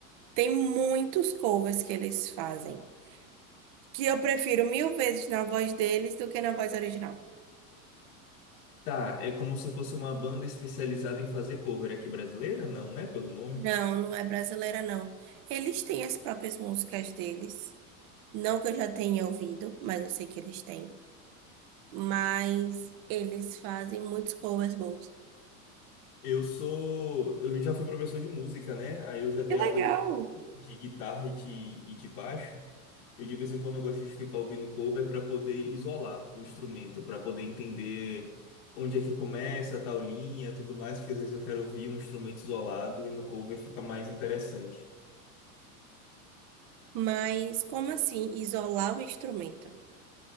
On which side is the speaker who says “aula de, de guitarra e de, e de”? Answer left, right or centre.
Left